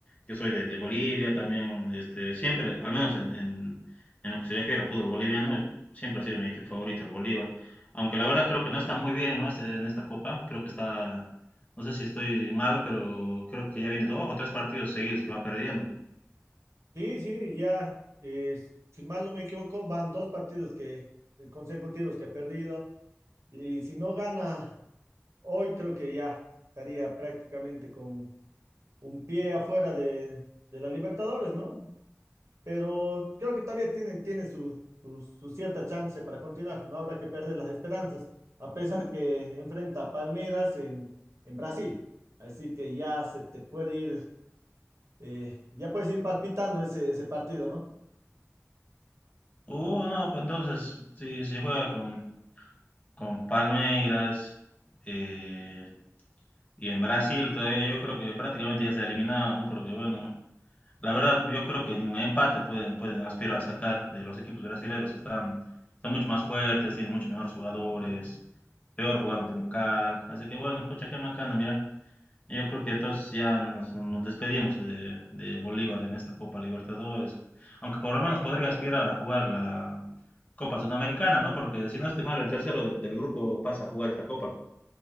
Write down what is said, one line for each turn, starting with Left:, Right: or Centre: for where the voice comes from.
Left: yo soy de, de Bolivia también, este, siempre, al menos en, en- en lo que se refiere al fútbol boliviano, siempre ha sido mi equipo favorito el Bolívar. Aunque la verdad creo que no está muy bien, ¿no? Este- En esta copa, creo que está, no sé si estoy mal, pero creo que ya viene dos o tres partidos seguidos que va perdiendo.
Right: Sí, sí, ya, eh, si mal no me equivoco, van dos partidos que, eh, consecutivos que ha perdido y si no gana hoy creo que ya estaría prácticamente con un pie afuera de, de la Libertadores, ¿no? Pero creo que todavía tienen, tiene su, su, su cierta chance para continuar, no habrá que perder las esperanzas, a pesar que enfrenta a Palmeiras en, en Brasil, así que ya se te puede ir, eh, ya puedes ir palpitando ese, ese partido, ¿no?
Left: Uh, no, pues entonces, si, si juega con, con Palmeiras eh, y en Brasil todavía yo creo que prácticamente ya está eliminado, ¿no? Porque bueno, La verdad, yo creo que ni un empate pueden, pueden aspirar a sacar. Eh, los equipos brasileños están, son mucho más fuertes, tienen mucho mejores jugadores, peor jugando de local. Así que bueno, pucha, qué macana, mira. Yo creo que entonces ya nos, nos despedimos de, de Bolívar en esta Copa Libertadores. Aunque por lo menos podría aspirar a jugar la Copa Sudamericana, ¿no? Porque si no estoy mal, el tercero del, del grupo pasa a jugar esta Copa.